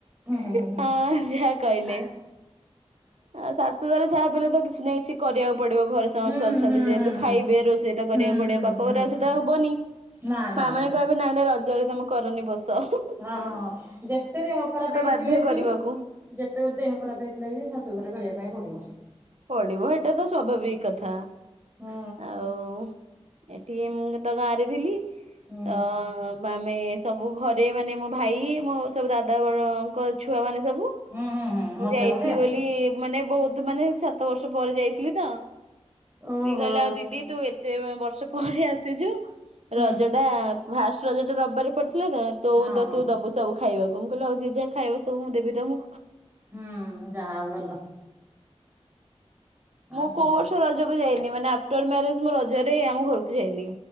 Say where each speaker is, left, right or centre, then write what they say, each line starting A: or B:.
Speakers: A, on the right (about 20°); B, on the right (about 85°).
A: ହୁଁ ହୁଁ
B: ହେଁ
A: ହୁଁ ହୁଁ।
B: ହଁ ଯାହା କହିଲେ
A: ଆ
B: ଆଉ ଶା ଶାଶୁ ଘରେ ଯାହା ବି ହେଲେ ତ କିଛି ନା କିଛି କରିବାକୁ ପଡିବ ଘର ସମସ୍ତେ
A: ହୁଁ
B: ଅଛନ୍ତି
A: ହୁଁ
B: ଯେହେତୁ
A: ହୁଁ ହୁଁ।
B: ଖାଇବେ ରୋଷେଇ ତ
A: ହୁଁ
B: କରିବାକୁ ପଡିବ
A: ହୁଁ
B: ବାପା
A: ହୁଁ
B: ଘରେ ଆଉ ସେଇଟା ହବନି।
A: ନା ନା।
B: ସେ
A: ନା
B: ମାନେ କହିବେ ନାଇ ନାଇ ରଜରେ ତମେ କରନି ବସ ହୁଁ
A: ହଁ ହୁ ଯେତେ ଦେହ ଖରାପ୍ ହେଇଥିଲେ
B: ବାଧ୍ୟ
A: ବି
B: କରିବାକୁ।
A: ଯେତେବେଳେ ଦେହ ଖରାପ୍ ହେଇଥିଲେ ବି ଶାଶୁ ଘରେ କରିବା ପାଇଁ ପଡିବ।
B: ପଢିବ ହେଟା ତ ସ୍ୱଭାବିକ କଥା।
A: ହୁଁ।
B: ଆଉ ଏଠି କେ ମୁଁ ତ ଗାଁରେ ଥିଲି
A: ହୁଁ
B: ତ ବା ଆମେ ସବୁ ଘରେ ମାନେ ମୋ ଭାଇ ମୋ ସବୁ ଦାଦା ବଡଙ୍କ ଛୁଆ ମାନେ ସବୁ।
A: ହୁଁ ହୁଁ ହୁଁ ମଜା
B: ମୁଁ ଯାଇଥିଲି
A: ଗୋଟେ।
B: ବୋଲି ମାନେ ବହୁତ ମାନେ ସାତ ବର୍ଷ ପରେ ଯାଇଥିଲି ତ।
A: ଓହୋ
B: ସିଏ କହିଲା ଆଉ ଦିଦି ତୁ ଏତେ ବର୍ଷ ପରେ ଆସିଛୁ
A: ହୁଁ
B: ରଜ ଦା ଫାଷ୍ଟ ରଜ ଟା ରବିବାରେ ପଡିଥିଲା ତ ତୁ
A: ହଁ
B: ତ
A: ହଁ।
B: ତୁ ଦବୁ ସବୁ ଖାଇବାକୁ ମୁଁ କହିଲି ହଉଛି ଯିଏ ଯାହା ଖାଇବ ସବୁ ମୁଁ ଦେବି ତମକୁ।
A: ହୁଁ ଯାହା ହଉ ଭଲ।
B: ମୁଁ
A: ଆଉ କଣ
B: କୋଉ ବର୍ଷ ରଜକୁ ଯାଇନି ମାନେ ଆଫ୍ଟର ମ୍ୟାରେଜ ମୁଁ ରଜ ରେ ଆମ ଘରକୁ ଯାଇନି।